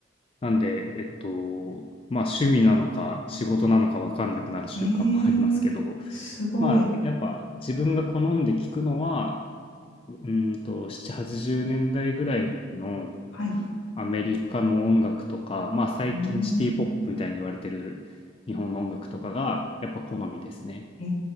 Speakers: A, on the left; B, on the left.
A: なんで、えっと、まあ趣味なのか仕事なのか分かんなくなる瞬間もありますけど、
B: ええすごい。
A: まあやっぱ自分が好んで聞くのは、うーんと、7、80年代ぐらいの
B: はい。う
A: アメリカの音楽とか、まあ最近シティポップみたいに言われてる日本の音楽とかがやっぱ好みですね。
B: ーん。え